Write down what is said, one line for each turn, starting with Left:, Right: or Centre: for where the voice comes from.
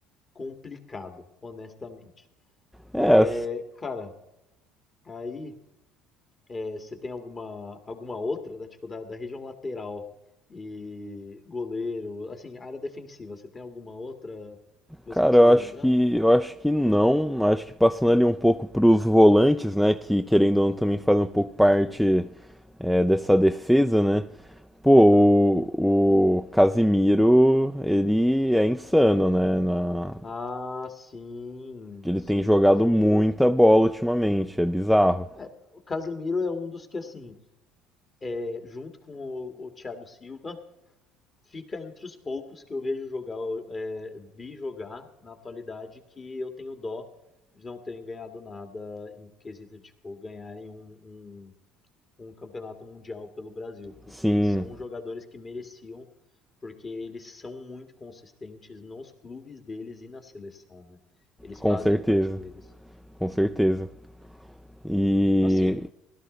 Left: complicado, honestamente.
Centre: É,
Left: É, cara, Aí, é, você tem alguma, alguma outra da, tipo, da, da região lateral e goleiro, assim, área defensiva, você tem alguma outra que você
Centre: Cara,
Left: conseguiu
Centre: eu acho
Left: lembrar?
Centre: que eu acho que não. Acho que passando ali um pouco para os volantes, né, que querendo ou não também fazem um pouco parte é, dessa defesa, né? Pô,
Left: Aham.
Centre: o, o Casimiro, ele é insano, né? Na,
Left: Ah, sim,
Centre: ele
Left: sim,
Centre: tem jogado
Left: o Casemiro.
Centre: muita bola ultimamente, é bizarro.
Left: É, o Casemiro é um dos que, assim, é, junto com o, o Thiago Silva, fica entre os poucos que eu vejo jogar, é, vi jogar na atualidade, que eu tenho dó de não terem ganhado nada em quesito de, tipo, ganharem um, um um campeonato mundial pelo Brasil, porque
Centre: Sim,
Left: são jogadores que mereciam, porque eles são muito consistentes nos clubes deles e na seleção, né? Eles
Centre: com
Left: fazem
Centre: certeza,
Left: a parte deles.
Centre: com certeza. E
Left: Assim,